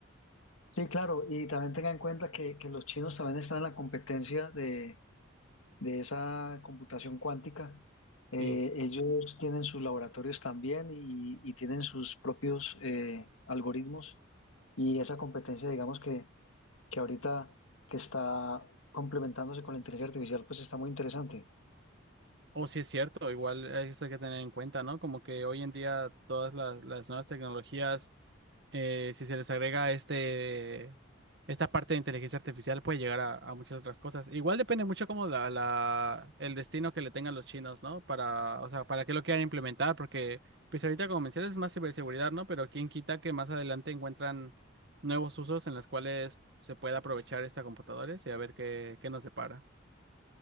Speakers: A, on the left; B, on the right.
A: Sí, claro, y también tenga en cuenta que, que los chinos también están en la competencia de, de esa computación cuántica. Eh,
B: Y
A: ellos tienen sus laboratorios también y, y tienen sus propios eh, algoritmos y esa competencia, digamos que, que ahorita que está complementándose con la inteligencia artificial, pues está muy interesante.
B: O si es cierto, igual eso hay que tener en cuenta, ¿no? Como que hoy en día todas las, las nuevas tecnologías, eh, si se les agrega este, esta parte de inteligencia artificial, puede llegar a, a muchas otras cosas. Igual depende mucho como la, la, el destino que le tengan los chinos, ¿no? Para, o sea, para qué lo quieran implementar, porque pues ahorita como mencionas es más ciberseguridad, ¿no? Pero quién quita que más adelante encuentran nuevos usos en los cuales se pueda aprovechar esta computadora y a ver qué, qué nos depara.